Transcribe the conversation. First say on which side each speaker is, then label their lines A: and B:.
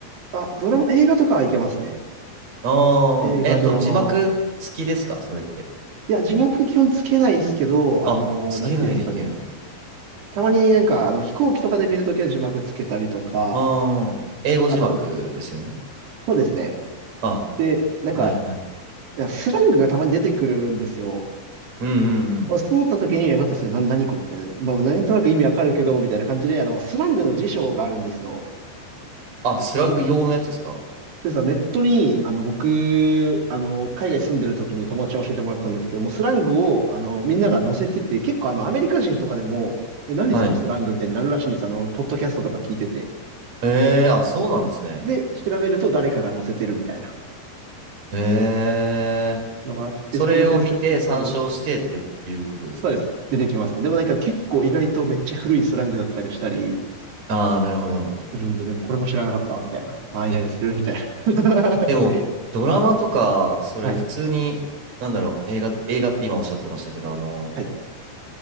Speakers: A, on the right; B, on the right.
A: あ、ドラマ、映画とかはいけますね。
B: あ
A: 映画、
B: あー、えっと、
A: ドラマは。
B: 字幕付きですかそれって。
A: いや、字幕基本つけないですけど、あのーなんていうんですかね。
B: あ、つけないでいけるな。
A: たまになんか、あの、飛行機とかで見るときは字幕つけたりとか、
B: ああ、英語字幕ですよね。
A: あとなんか、そうですね。
B: あ、
A: で、なんか、
B: はいはい。
A: スラングがたまに出てくるんですよ。
B: うんうんうん。
A: 俺、そう思った時に、え待って、それ、な、何これみたいな。まあ、なんとなく意味わかるけど、みたいな感じで、あの、スラングの辞書があるんですよ。
B: あ、スラング用のやつですか
A: でさ、ネットに、あの、僕、あの、海外住んでる時に友達に教えてもらったんですけども、スラングを、あの、みんなが載せてて、結構、あの、アメリカ人とかでも、え、何そのスラングみたいになるらしいんです。
B: はい。
A: あの、ポッドキャストとか聞いてて。
B: ええー、あ、そうなんですね。
A: で、調べると誰かが載せてるみたいな
B: ええー。
A: のがあって、
B: それを見て参照してっていうことですね。
A: そこで検索すると、そうです。出てきますね。でもなんか結構意外とめっちゃ古いスラングだったりしたり
B: ああ、なるほど。
A: するんで、でもこれも知らなかった、みたいな。ああ、
B: え、
A: イライラする、みたいな。
B: でも、
A: <laughs>
B: ドラマとか、それ普通に、
A: はい、
B: なんだろう、映画、映画って今おっしゃってましたけど、あの、
A: はい、